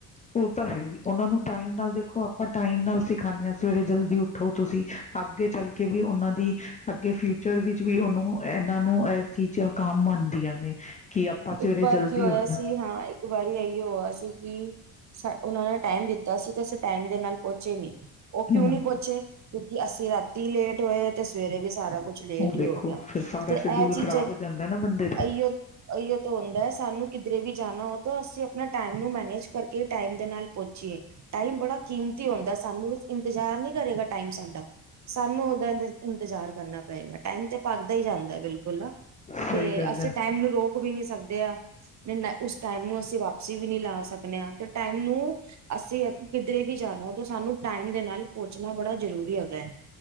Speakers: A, on the left (about 20°); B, on the right (about 40°).
A: ਉਹ ਤਾਂ ਹੈ ਹੀ ਉਹਨਾਂ ਨੂੰ ਟਾਈਮ ਨਾਲ ਦੇਖੋ ਆਪਾਂ ਟਾਈਮ ਨਾਲ ਸਿਖਾਂਦੇ ਹਾਂ ਸਵੇਰੇ ਜਲਦੀ ਉੱਠੋ ਤੁਸੀਂ ਅੱਗੇ ਚੱਲ ਕੇ ਵੀ ਉਹਨਾਂ ਦੀ ਅੱਗੇ ਫਿਊਚਰ ਵਿੱਚ ਵੀ ਉਹਨੂੰ ਇਹਨਾਂ ਨੂੰ ਇਸ ਚੀਜ਼ ਕੰਮ ਆਂਦੀਆਂ ਨੇ। ਕਿ ਆਪਾਂ
B: ਇੱਕ
A: ਸਵੇਰੇ
B: ਵਾਰ
A: ਜਲਦੀ
B: ਕੀ ਹੋਇਆ
A: ਉੱਠਣਾ
B: ਸੀ ਹਾਂ ਇੱਕ ਵਾਰੀ ਇਹੀ ਹੋਇਆ ਸੀ ਕਿ ਉਹਨਾਂ ਨੇ ਟਾਈਮ ਦਿੱਤਾ ਸੀ ਤੇ ਅਸੀਂ ਟਾਈਮ ਦੇ ਨਾਲ ਪਹੁੰਚੇ ਨੀ ਉਹ ਕਿਉਂ
A: ਹਮ
B: ਨਹੀਂ ਪੁੱਛੇ ਕਿਉਂਕਿ ਅਸੀਂ ਰਾਤੀ ਲੇਟ ਹੋਏ ਤੇ ਸਵੇਰੇ ਵੀ ਸਾਰਾ ਕੁਛ ਲੇਟ
A: ਉਹ
B: ਹੀ
A: ਦੇਖੋ
B: ਹੋ ਗਿਆ
A: ਫਿਰ ਸਾਰਾ
B: ਤੇ ਇਹ
A: ਸ਼ਡਿਊਲ
B: ਚੀਜ਼ਾਂ
A: ਖ਼ਰਾਬ ਹੋ ਜਾਂਦਾ ਨਾ ਬੰਦੇ ਦਾ
B: ਇਹੀਓ ਤੋਂ ਹੁੰਦਾ ਹੈ ਸਾਨੂੰ ਕਿਧਰੇ ਵੀ ਜਾਣਾ ਹੋ ਤਾਂ ਅਸੀਂ ਆਪਣਾ ਟਾਈਮ ਨੂੰ ਮੈਨੇਜ ਕਰਕੇ ਟਾਈਮ ਦੇ ਨਾਲ ਪਹੁਚੀਏ ਟਾਈਮ ਬੜਾ ਕੀਮਤੀ ਆਉਂਦਾ ਸਾਨੂੰ ਇੰਤਜ਼ਾਰ ਨੀ ਕਰੇਗਾ ਟਾਈਮ ਸਾਡਾ ਸਾਨੂੰ ਉਹਦਾ ਇੰ ਇੰਤਜ਼ਾਰ ਕਰਨਾ ਪਏਗਾ। ਟਾਈਮ ਤੇ ਭਗਦਾ ਹੀ ਜਾਂਦਾ ਬਿਲਕੁਲ ਨਾ
A: ਸਹੀ
B: ਤੇ
A: ਗੱਲ
B: ਅਸੀਂ
A: ਹੈ।
B: ਟਾਈਮ ਨੂੰ ਰੋਕ ਸਕਦੇ ਆ ਉਸ ਟਾਈਮ ਨੂੰ ਅਸੀਂ ਵਾਪਸੀ ਵੀ ਨਈ ਲਾ ਸਕਣੇ ਹਾਂ ਤੇ ਟਾਈਮ ਨੂੰ ਅਸੀਂ ਕਿਧਰੇ ਵੀ ਜਾਣਾ ਤਾਂ ਸਾਨੂੰ ਟਾਈਮ ਦੇ ਨਾਲ ਪਹੁੰਚਣਾ ਬੜਾ ਜ਼ਰੂਰੀ ਹੈਗਾ ਹੈ।